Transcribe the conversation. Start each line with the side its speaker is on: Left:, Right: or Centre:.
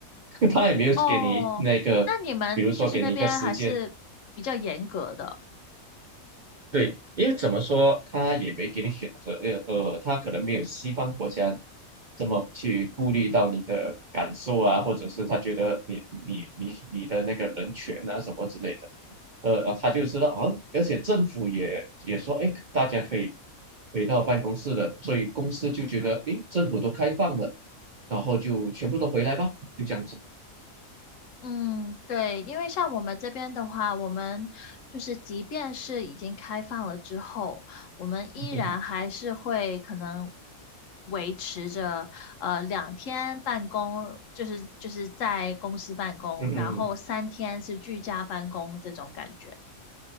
Right: <laughs> 他也没有给你那个，
Left: 哦，那你们就是那边还是比较严格的。
Right: 比如说给你一个时间对，因为怎么说，他也没给你选择，呃呃，他可能没有西方国家这么去顾虑到你的感受啊，或者是他觉得你你你你的那个人权啊什么之类的，呃，呃他就知道啊，而且政府也也说，哎，大家可以回到办公室了，所以公司就觉得，诶，政府都开放了，然后就全部都回来吧，就这样子。
Left: 嗯，对，因为像我们这边的话，我们就是即便是已经开放了之后，我们依然还是会可能
Right: <laughs>
Left: 维持着呃两天办公，就是就是在公司办公，
Right: 嗯哼
Left: 然后三天是居家办公这种感觉。